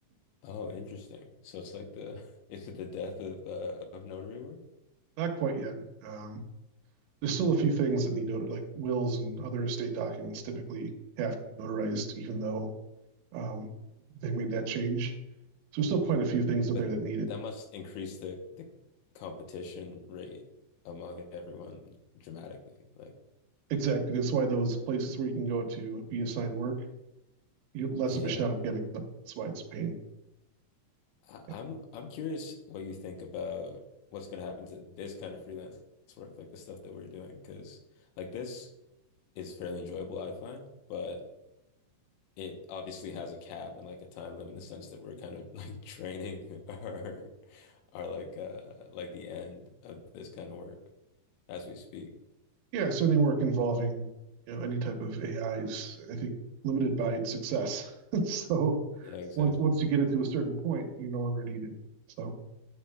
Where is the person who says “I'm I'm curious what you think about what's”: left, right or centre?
Left